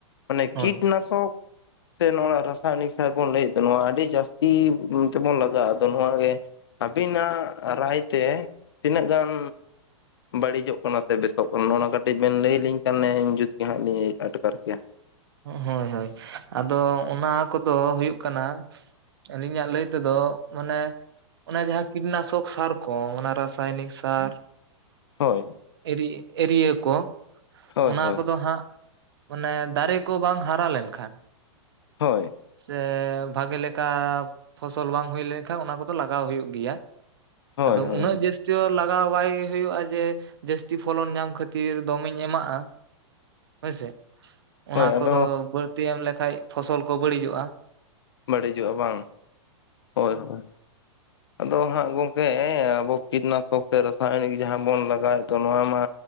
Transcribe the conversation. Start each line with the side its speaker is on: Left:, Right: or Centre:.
Left: ᱢᱟᱱᱮ
Right: ᱦᱳᱭ
Left: ᱠᱤᱴᱱᱟᱥᱚᱠ ᱥᱮ ᱱᱚᱣᱟ ᱨᱟᱥᱟᱭᱚᱱᱤᱠ ᱥᱟᱨ ᱵᱚᱱ ᱞᱟᱹᱭᱮᱫ ᱫᱚ ᱱᱚᱣᱟ ᱟᱹᱰᱤ ᱡᱟᱹᱥ ᱛᱤ ᱛᱮᱵᱚᱱ ᱞᱟᱜᱟᱣᱼᱟ ᱟᱫᱚ ᱱᱚᱣᱟᱜᱮ ᱟᱵᱤᱱᱟᱜ ᱨᱟᱭᱛᱮ ᱛᱤᱱᱟᱹᱜ ᱜᱟᱱ ᱵᱟᱹᱲᱤᱡᱚᱜ ᱠᱟᱱᱟ ᱥᱮ ᱵᱮᱥᱚᱜ ᱠᱟᱱᱟ ᱱᱚᱜᱱᱟ ᱠᱟᱹᱴᱤᱡ ᱵᱮᱱ ᱞᱟᱹᱭᱟᱞᱤᱧ ᱠᱷᱟᱱ ᱡᱩᱛᱜᱮ ᱦᱟᱸᱜ ᱞᱤᱧ ᱟᱴᱠᱟᱨ᱾ <unintelligible>
Right: ᱦᱳᱭ ᱦᱳᱭ ᱟᱫᱚ ᱚᱱᱟ ᱠᱚᱫᱚ ᱦᱩᱭᱩᱜ ᱠᱟᱱᱟ᱾ ᱟᱹᱞᱤᱧᱟᱜ ᱞᱟᱹᱭ ᱛᱮᱫᱚ ᱢᱟᱱᱮ ᱚᱱᱮ ᱡᱟᱦᱟᱸ ᱠᱤᱴᱱᱟᱥᱚᱠ ᱥᱟᱨ ᱠᱚ ᱚᱱᱟ ᱨᱟᱥᱟᱭᱚᱱᱤᱠ ᱥᱟᱨ᱾
Left: ᱦᱳᱭ
Right: ᱮᱨᱤ ᱮᱨᱤᱭᱟᱹ ᱠᱚ
Left: ᱦᱳᱭ
Right: ᱚᱱᱟ
Left: ᱦᱳᱭ
Right: ᱠᱚᱫᱚ ᱦᱟᱸᱜ ᱢᱟᱱᱮ ᱫᱟᱨᱮ ᱠᱚ ᱵᱟᱝ ᱦᱟᱨᱟ ᱞᱮᱱᱠᱷᱟᱱ᱾
Left: ᱦᱳᱭ
Right: ᱥᱮ ᱵᱷᱟᱜᱮ ᱞᱮᱠᱟ ᱯᱷᱚᱥᱚᱞ ᱵᱟᱝ ᱦᱳᱭ ᱞᱮᱱᱠᱷᱟᱱ ᱚᱱᱟ ᱠᱚᱫᱚ ᱞᱟᱜᱟᱣ ᱦᱳᱭᱳᱜ ᱜᱮᱭᱟ᱾
Left: ᱦᱳᱭ
Right: ᱟᱫᱚ
Left: ᱦᱳᱭ
Right: ᱩᱱᱟᱹᱜ ᱡᱟᱹᱥ ᱪᱚ ᱞᱟᱜᱟᱣ ᱵᱟᱭ ᱦᱩᱭᱩᱜᱼᱟ ᱡᱮ ᱡᱟᱹᱥᱛᱤ ᱯᱷᱚᱞᱚᱱ ᱧᱟᱢ ᱠᱷᱟᱹᱛᱤᱨ ᱫᱚᱢᱮᱧ ᱮᱢᱟᱜᱼᱟ ᱦᱳᱭᱥᱮ
Left: ᱦᱳᱭ
Right: ᱚᱱᱟ
Left: ᱟᱫᱚ
Right: ᱠᱚᱫᱚ ᱵᱟᱹᱲᱛᱤ ᱮᱢ ᱞᱮᱠᱷᱟᱡ ᱯᱷᱚᱥᱚᱞ ᱠᱚ ᱵᱟᱹᱲᱤᱡᱚᱜᱼᱟ᱾
Left: ᱵᱟᱹᱲᱤᱡᱚᱜᱼᱟ ᱵᱟᱝ ᱦᱳᱭ ᱦᱳᱭ ᱟᱫᱚ ᱦᱟᱸᱜ ᱜᱚᱝᱠᱮ ᱟᱵᱚ ᱠᱤᱴᱱᱟᱥᱚᱠ ᱥᱮ ᱨᱟᱥᱟᱭᱚᱱᱤᱠ ᱡᱟᱦᱟᱸ ᱵᱚᱱ ᱞᱟᱜᱟᱣᱮᱫ ᱫᱚ ᱱᱚᱣᱟ ᱢᱟ᱾